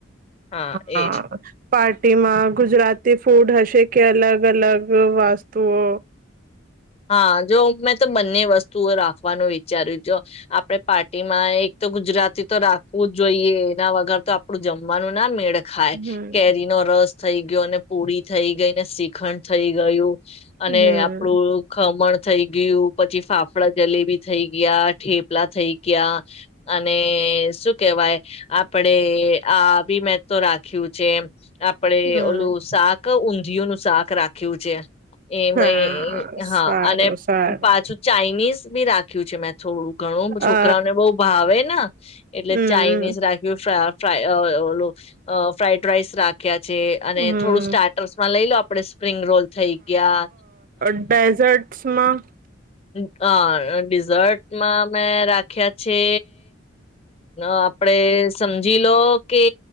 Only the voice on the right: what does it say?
હા
પાર્ટીમાં ગુજરાતી ફૂડ હશે કે અલગ અલગ વાસ્તુઓ
હમ
હમ
હમ
હા
સારું
સારું
અ
હમ
હમ હમ
ડેઝર્ટ સમાં